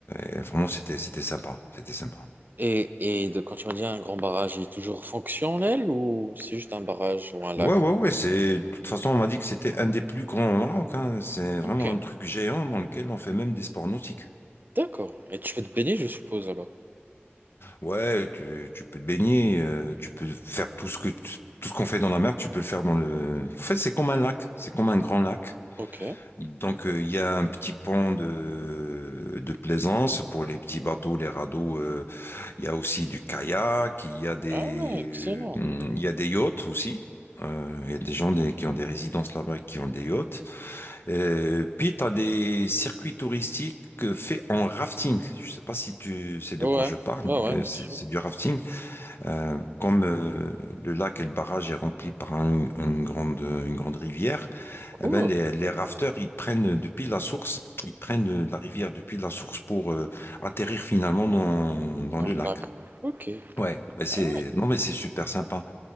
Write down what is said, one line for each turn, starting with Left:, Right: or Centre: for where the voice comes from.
Left: et vraiment, c'était, c'était sympa, c'était sympa.
Right: Et, et de, quand tu m'as dit un grand barrage, il est toujours fonctionnel ou c'est juste un barrage ou un lac?
Left: Ouais, ouais, ouais, c'est, de toute façon, on m'a dit que c'était un des plus grands au Maroc, hein. C'est vraiment
Right: Ok,
Left: un truc géant dans lequel on fait même des sports nautiques.
Right: d'accord. Et tu fais te baigner, je suppose, alors.
Left: Ouais, tu, tu peux te baigner, euh, tu peux faire tout ce que, tu- tout ce qu'on fait dans la mer, tu peux le faire dans le... En fait, c'est comme un lac, c'est comme un grand lac.
Right: Ok.
Left: Donc, euh, il y a un petit pont de, de plaisance pour les petits bateaux, les radeaux. euh, il y a aussi du kayak, il y a des,
Right: Ah ouais, excellent.
Left: euh, il y a des yachts aussi. Euh, il y a des gens des- qui ont des résidences là-bas et qui ont des yachts. Euh, puis, tu as des circuits touristiques euh, faits en rafting. Je sais pas si tu sais de
Right: Ouais,
Left: quoi je parle.
Right: ouais, ouais,
Left: Euh,
Right: bien
Left: c'est
Right: sûr.
Left: c'est du rafting. Euh, comme euh, le lac et le barrage est rempli par un- une grande, une grande rivière,
Right: Cool,
Left: eh ben, les, les rafteurs, ils prennent depuis la source, ils prennent euh, la rivière depuis la source pour euh, atterrir finalement dans, dans
Right: dans
Left: le lac.
Right: le lac. Ok.
Left: Ouais, ben c'est
Right: Ah ouais,
Left: non mais c'est super sympa.